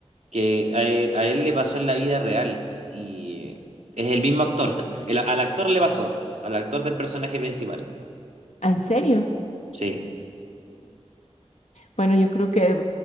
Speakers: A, on the right; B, on the left.
A: que a, e- a él le pasó en la vida real y es el mismo actor. <laughs> El- al actor le pasó, al actor del personaje principal.
B: Ah, ¿en serio?
A: Sí,
B: Bueno, yo creo que eh,